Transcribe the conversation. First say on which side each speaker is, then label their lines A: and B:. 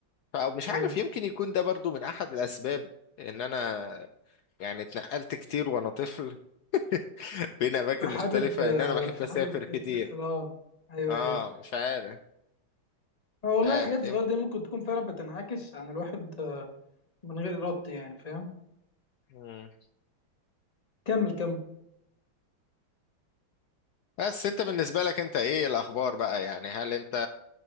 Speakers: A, on the left (about 75°); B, on the left (about 25°).
A: فمش
B: ايوه
A: عارف يمكن يكون ده برضو من احد الاسباب ان انا يعني اتنقلت كتير وانا طفل <laughs> بين اماكن
B: فحابب
A: مختلفة
B: آه،
A: ان انا بحب
B: فحابب
A: اسافر كتير
B: تتنقل اه ايوه
A: اه
B: ايوه
A: مش عارف
B: اه والله
A: مش عارف
B: الحاجات الصغيره دي ممكن تكون فعلا بتنعكس عن الواحد آه، من غير ارادته يعني فاهم
A: يمكن
B: كمل كمل
A: بس انت بالنسبة لك انت ايه الاخبار بقى يعني هل انت